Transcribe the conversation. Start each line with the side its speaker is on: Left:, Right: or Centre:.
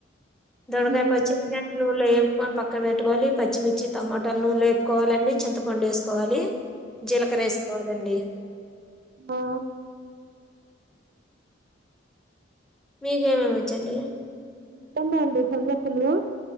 Centre: దొండకాయ
Right: ఉమ్
Centre: పచ్చడి నూనెలో వెంపి పక్కన పెట్టుకోవాలి పచ్చిమిర్చి టమాట నూనెలో వేపుకోవాలండి చింతపండు ఎసుకోవాలి జీలకర వేసుకావాలండి
Right: ఆ
Centre: మీకేమేమి వచ్చండి
Right: ఇంకేమండి సంగతులు